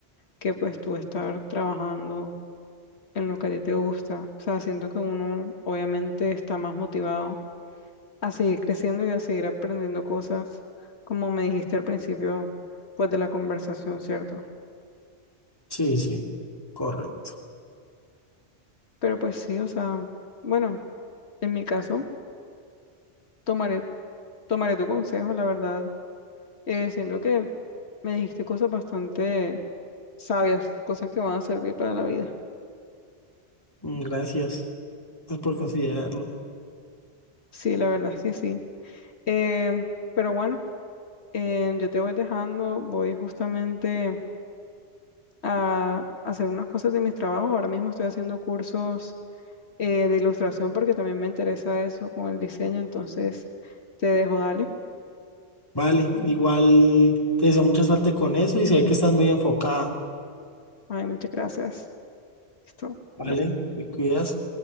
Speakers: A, on the left (about 80°); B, on the left (about 20°).
A: que pues tú estar trabajando en lo que a ti te gusta. O sea, siento que uno obviamente está más motivado a seguir creciendo y a seguir aprendiendo cosas, como me dijiste al principio, pues de la conversación, ¿cierto?
B: Sí, sí, correcto.
A: Pero pues sí, o sea, bueno, en mi caso. Tomaré, tomaré tu consejo, la verdad. Eh, siento que me dijiste cosas bastante sabias, cosas que van a servir para la vida.
B: Mm, Gracias pues, por considerarlo.
A: Sí, la verdad es que sí. Em, pero bueno, em, yo te voy dejando, voy justamente a hacer unas cosas de mis trabajos. Ahora mismo estoy haciendo cursos eh, de ilustración porque también me interesa eso con el diseño, entonces te dejo, dale.
B: Vale, igual te deseo mucha suerte con eso y sé que estás muy enfocada.
A: Ay, muchas gracias. Listo.
B: Vale,
A: bye.
B: te cuidas.